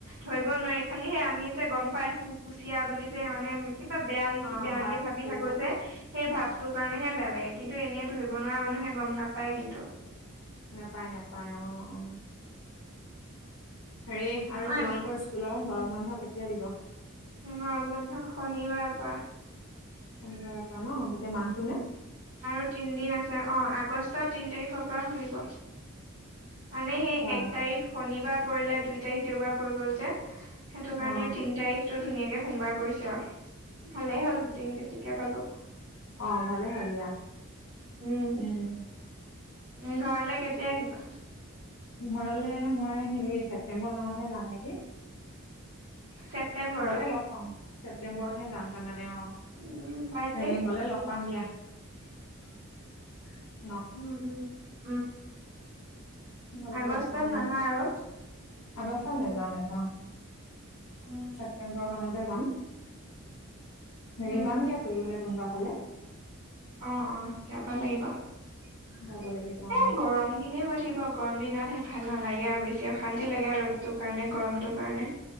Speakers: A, on the right (about 50°); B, on the left (about 80°).
A: ধৰিব নোৱাৰি, খালি সেই আমি যে গম পাই থাকো কুচিয়া কুচিয়া বুলি যে মানে, কিবা বেয়া নেকি,
B: অ
A: বেয়া
B: ভাৱটো
A: নেকি ভাবি থাকো যে, সেই ভাবটো কাৰণেহে বেয়া লাগে কিন্তু এনেই ধৰিব নোৱাৰা, মানুহে গম নাপায় কিন্তু
B: নাপায়-নাপায়, অ-অ হেৰি আৰু
A: মই
B: তোমালোকৰ স্কুলৰ গৰম বন্ধ কেতিয়া দিব?
A: গৰম বন্ধ শনিবাৰ পৰা।
B: শনিবাৰ পৰা গোটেই ন। মাহটো নে
A: আৰু তিনিদিন আছে, অ, আগষ্ট তিন তাৰিখৰ পৰা খুলিব। মানে, সেই
B: অ
A: এক তাৰিখ শনিবাৰ পৰিলে, দুই তাৰিখ দেওবাৰ পৰি গ'ল যে সেইটো কাৰণে,
B: অ
A: তিন তাৰিখটো ধুনীয়াকে সোমবাৰ পৰিছে আৰু, ভালেই হ'ল দুদিন বেছিকে পালো।
B: অ, ভালে হ'ল দিয়া,
A: উম।
B: উম-উম
A: উম, ঘৰলে কেতিয়া আহিবা?
B: ঘৰলে মই হেৰি, ছেপ্তেম্বৰ মাহতহে যাম নেকি?
A: ছেপ্তেম্বৰত
B: গ'লে লগ পাম, ছেপ্তেম্বৰত হে যাম, তাৰমানে অ,
A: উম বাৰ্থডে
B: হেৰি গ'লে লগ পাম সন্ধিয়া।
A: উম! উম!
B: গলে
A: আগষ্টত
B: লগ পাম বাৰু
A: নাহা আৰু
B: আগষ্টত নেযাওঁ, নেযাওঁ,
A: উম
B: ছেপ্তেম্বৰ মানতে যাম। হেৰি
A: উম
B: যাম দিয়া ফুৰিবলে কোনোবা ফালে।
A: অ অ যাব লাগিব। এ
B: যাব লাগিব অ
A: গৰম দিনেই হৈ থাকিব গৰম দিনত সিহত- ভাল নালাগে আৰু বেছি অশান্তি লাগে আৰু ৰ'দটোৰ কাৰণে গৰমটোৰ কাৰণে।